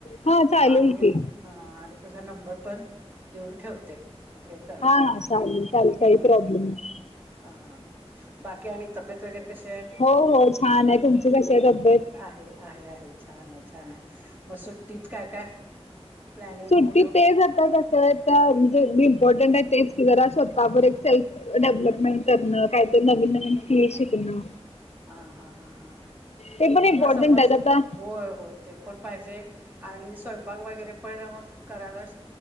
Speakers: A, on the left; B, on the right.
A: हा चालेल
B: आणि
A: की
B: हा आणि तुझा नंबर पण देऊन ठेवते. करता
A: हा हा
B: येईल
A: चालेल चालेल काही
B: हा
A: प्रॉब्लेम नाही.
B: हा बाकी आणि तब्येत वगैरे कशी आहे
A: हो हो छान आहे कशी आहे तब्येत
B: आहे आहे आहे छान आहे छान आहे मग सुट्टीत काय काय प्लॅनिंग
A: सुट्टी
B: कुठं
A: ते जाता कसं म्हणजे इंपॉर्टंट आहे ते कि जरा स्वतः एक सेल्फ डेव्हलपमेंट करणं काहीतरी नवीन नवीन स्किल शिकणं
B: हा हा हा हा ह
A: ते पण
B: मला
A: इम्पॉर्टंट
B: समज
A: आहेत आता
B: होय होय ते पण पाहिजे आणि स्वयंपाक वगैरे पण मग करायलाच